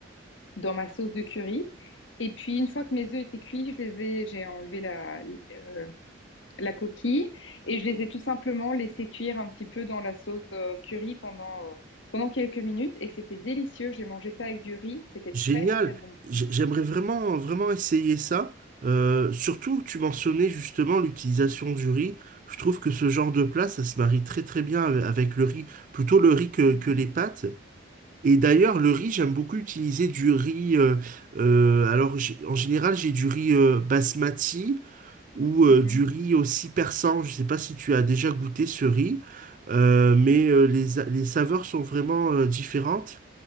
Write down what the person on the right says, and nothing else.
Génial.
J- J'aimerais vraiment, vraiment essayer ça. Euh, surtout, tu mentionnais justement l'utilisation du riz. Je trouve que ce genre de plat, ça se marie très très bien ave- avec le riz, plutôt le riz que,
que les pâtes. Et d'ailleurs, le riz, j'aime beaucoup utiliser du riz. euh, euh, alors, j'ai- en général, j'ai du riz euh, basmati. ou euh,
du riz aussi persan. Je ne sais pas si tu as déjà goûté ce riz, euh, mais euh, les, a- les saveurs sont vraiment euh, différentes.